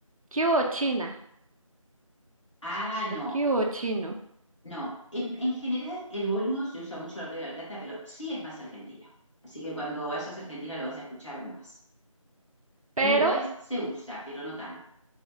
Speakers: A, on the right (about 75°); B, on the left (about 60°).
A: ¿qué hubo China?
B: Ah, no,
A: o ¿qué hubo chino?
B: no. En, en general, el boludo se usa mucho en el Río de la Plata, pero sí es más argentino. Así que cuando vayas a Argentina lo vas a escuchar más. En
A: Pero,
B: Uruguay se usa, pero no tanto.